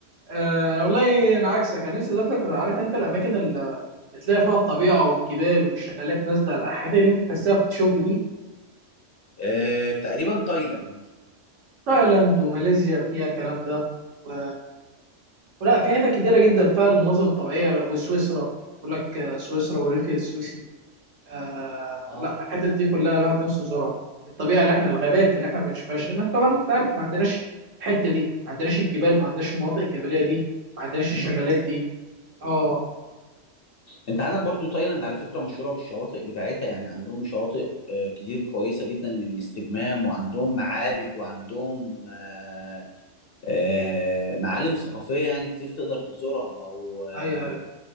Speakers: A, on the right (about 80°); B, on the left (about 55°).
A: آه، انا والله انا عكسك انا نفسي اسافر عارف انت الاماكن اللي بتلاقي فيها الطبيعه والجبال والشلالات نازله على الحاجات اللي انت بتحسها في الشوب دي
B: آه. تقريبا تايلاند
A: تايلاند وماليزيا فيها الكلام ده و... ولا في حتت كتيرة جدا فيها المناظر الطبيعية وسويسرا بيقول لك آه، سويسرا والريف السويسري آه
B: اه
A: لا الحتت دي كلها الواحد نفسه يزورها الطبيعة اللي احنا الغابات اللي احنا ما بنشوفهاش لأن طبعا انت عارف ما عندناش الحتة دي ما عندناش الجبال ما عندناش المناطق الجبلية دي ما عندناش الشلالات
B: مم.
A: دي اه
B: انت عندك برضو تايلاند على فكرة مشهورة بالشواطئ بتاعتها يعني عندهم شواطئ آه، كتير كويسة جدا للاستجمام وعندهم معابد وعندهم آه، آه، معالم ثقافية يعني كتير تقدر تزورها و آه،
A: ايوه ايوه